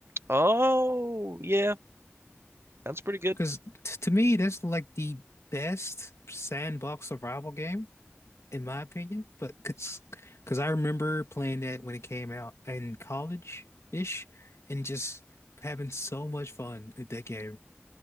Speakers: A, on the right (about 60°); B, on the left (about 75°).
A: Oh, yeah, that's pretty good.
B: because t- to me that's like the best sandbox survival game in my opinion. But because I remember playing that when it came out in college ish, and just having so much fun at that game.